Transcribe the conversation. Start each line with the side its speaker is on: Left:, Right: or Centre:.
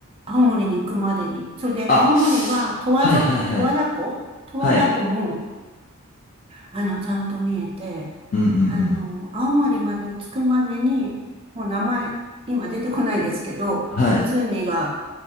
Right: 青森に行くまでに。それで、
Left: あ、
Right: 青森は十和ぞ、
Left: はいはいはい。
Right: 十和田湖十和田湖も、
Left: はい。
Right: あの、ちゃんと見えて、
Left: うんうんう
Right: あの、
Left: ん。
Right: 青森まで着くまでに、もう名前、今出てこないですけど、
Left: はい。
Right: 湖が